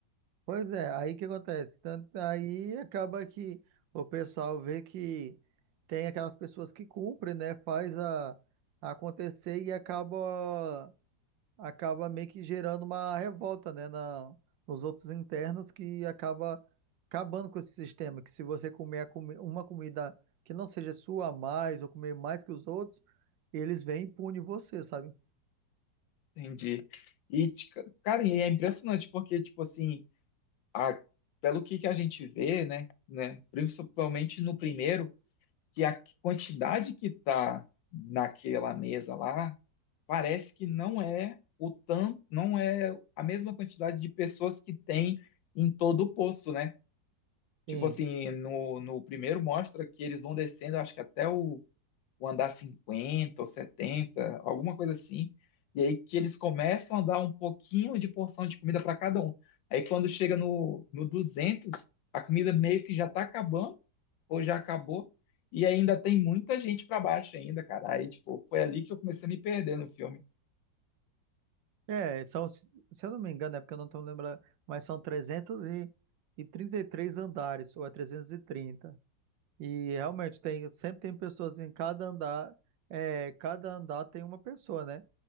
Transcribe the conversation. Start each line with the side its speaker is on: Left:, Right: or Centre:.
Right: Pois é, aí que acontece? Tanto aí acaba que o pessoal vê que tem aquelas pessoas que cumprem, né? Faz a, acontecer e acaba, acaba meio que gerando uma revolta, né? Na, nos outros internos que acaba acabando com esse sistema. Que se você comer a comi- uma comida que não seja sua a mais ou comer mais que os outros, eles vêm e punem você, sabe?
Left: Entendi. E, ti- cara, e é impressionante porque, tipo assim, a- pelo que, que a gente vê, né, né, principalmente no primeiro, que a quantidade que tá naquela mesa lá, parece que não é o tanto, não é a mesma quantidade de pessoas que tem em todo o poço, né? Tipo
Right: Sim.
Left: assim, no, no primeiro mostra que eles vão descendo, acho que até o, o andar 50 ou 70 alguma coisa assim. E aí que eles começam a dar um pouquinho de porção de comida para cada um. Aí quando chega no, no 200 a comida meio que já tá acabando, ou já acabou, e ainda tem muita gente para baixo ainda, cara. Aí, tipo, foi ali que eu comecei a me perder no filme.
Right: É, são, se eu não me engano, é porque eu não estou lembrando, mas são trezentos e e trinta e três andares, ou é 330. E trinta. E realmente tem, sempre tem pessoas em cada andar, é, cada andar tem uma pessoa, né?